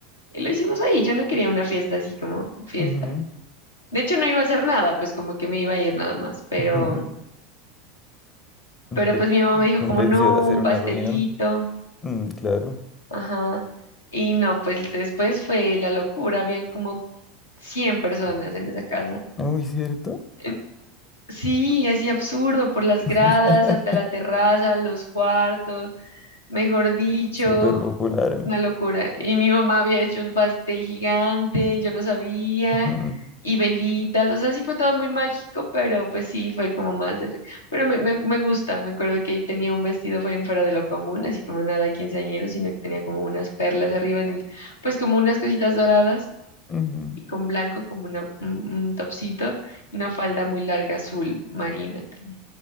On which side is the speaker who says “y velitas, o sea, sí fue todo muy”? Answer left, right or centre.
Left